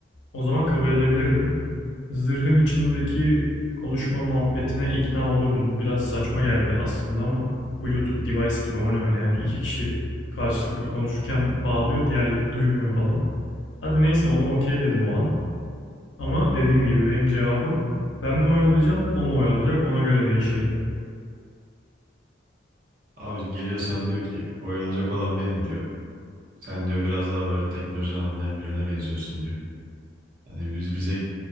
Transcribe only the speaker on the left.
o zaman kabul edebilirdim. Zırhın içindeki konuşma muhabbetine ikna olurdum. Biraz saçma geldi aslında ama Bluetooth device gibi o ne öyle yani iki kişi karşılıklı konuşurken bağlıyor diğerleri duymuyor falan. Hadi neyse ona okey dedim o an. Ama dediğim gibi benim cevabım ben mi oyalayacağım o mu oyalayacak ona göre değişirdi.